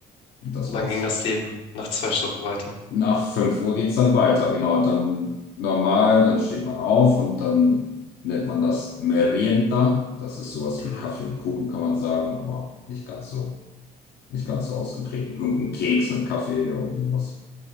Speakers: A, on the left; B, on the left.
A: Und das
B: und
A: war's.
B: dann ging das Leben nach zwei Stunden weiter.
A: Nach 5 Uhr geht's dann weiter, genau. Dann normal, dann steht man auf und dann nennt man das Merienda. Das ist sowas
B: Mhm.
A: wie Kaffee und Kuchen, kann man sagen, aber nicht ganz so, nicht ganz so ausgeprägt. Irgendein Keks mit Kaffee, irgendwie sowas.